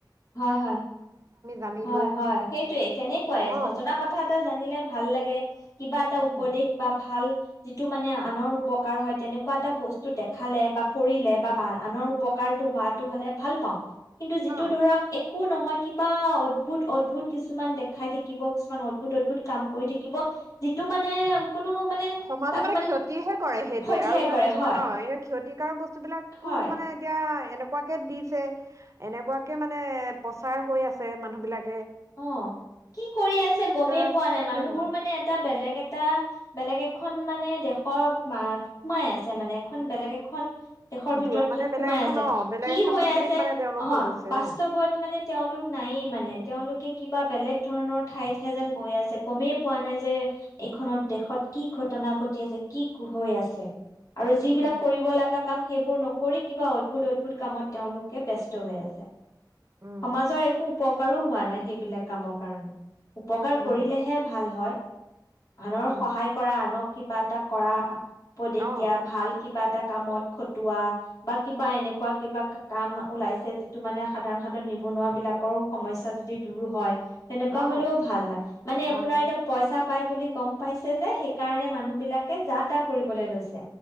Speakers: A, on the left; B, on the right.
A: হয়-হয়-হয়-হয়
B: জানিলো
A: সেইটোৱে তেনেকুৱাই
B: অ
A: নজনা কথা এটা জানিলে ভাল লাগে। কিবা এটা
B: উম
A: উপদেশ বা ভাল যিটো মানে আনৰ উপকাৰ হয় তেনেকুৱা এটা বস্তু দেখালে বা কৰিলে বা আনৰ উপকাৰটো হোৱাটো হ'লে ভাল পাওঁ। কিন্তু যিটো
B: অ
A: ধৰক। একো নহয় কিবা অদ্ভুত-অদ্ভুত কিছুমান দেখাই থাকিব কিছুমান অদ্ভুত-অদ্ভুত কাম কৰি থাকিব যিটো মানে কোনো মানে
B: সমাজে
A: তাক
B: মানে ক্ষতিহে কৰে সেইটোৱে
A: খথিয়াই
B: আৰু ধৰা
A: কৰে
B: কিছুমান
A: হয়
B: অ ক্ষতিকাৰক বস্তুবিলাকো
A: হয়
B: মানে এতিয়া এনেকুৱাকে দিছে, এনেকুৱাকে মানে প্ৰচাৰ হৈ আছে মানুহবিলাক
A: অ, কি কৰি আছে গমেই
B: আচৰিত
A: পোৱা নাই, মানুহবোৰ মানে এটা বেলেগ এটা বেলেগ এখন মানে দেশৰ মা সোমাই আছে মানে, এখন বেলেগ এখন দেশৰ ভিতৰত
B: দু- মানে
A: যেন
B: বেলেগ
A: সোমাই
B: এখন
A: আছে
B: অ বেলেগ
A: কি
B: এখন
A: হৈ
B: পৃথিৱীত
A: আছে
B: মানে তেওঁলোক
A: অ,
B: হৈ গৈছে
A: বাস্তৱত
B: অ
A: মানে তেওঁলোক নায়েই মানে। কিবা বেলেগ ধৰণৰ ঠাইতহে যেন গৈ আছে গমেই পোৱা নাই যে এইখনত দেশত কি ঘটনা ঘটি আছে। কি হৈ আছে আৰু যিবিলাক
B: উম
A: কৰিব লাগে <unintelligible> সেইবোৰ নকৰি কিবা অদ্ভুত-অদ্ভুত কামত তেওঁলোকে ব্যস্ত হৈ আছে।
B: উম
A: সমাজৰ একো। <unintelligible> হোৱা নাই, সেইবিলাক কামৰ কাৰণে। উপকাৰ
B: উম
A: কৰিলেহে ভাল হয়। আনৰ
B: উম
A: সহায় কৰা আনক কিবা এটা কৰা উপদেশ
B: অ
A: দিয়া ভাল কিবা এটা কামত খটোৱা বা কিবা এনেকুৱা কিবা কাম ওলাইছে যিটো মানে সাধাৰণ সাধাৰণ নিবনুৱা বিলাকৰো সমস্যা যি দূৰ হয়। তেনেকুৱা
B: অ
A: হ'লেও ভাল হয়, মানে
B: ভাল
A: আপোনাৰ
B: হয়
A: এতিয়া পইচা পাই বুলি গম পাইছে যে সেইকাৰণে মানুহ বিলাকে যা তা কৰিবলৈ লৈছে।